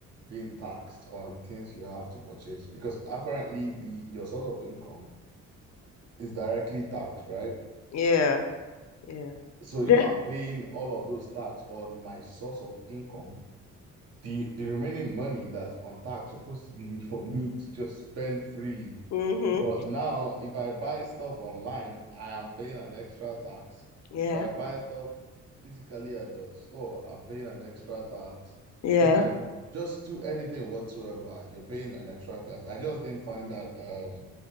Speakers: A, on the right; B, on the left.
A: being taxed on things you have to purchase? Because apparently the your source of income is directly taxed, right?
B: Yeah. Yeah. <laughs>
A: So
B: The,
A: if I'm paying all of those tax on my source of income, the the remaining money that's on tax supposed to be <laughs> for me to just spend freely.
B: hmm
A: But now, if I buy stuff online, I am paying an extra tax.
B: Yeah.
A: If I buy stuff physically at the store, I'm paying an extra tax.
B: Yeah.
A: If I just do anything whatsoever, you're paying an extra tax. I just didn't find that um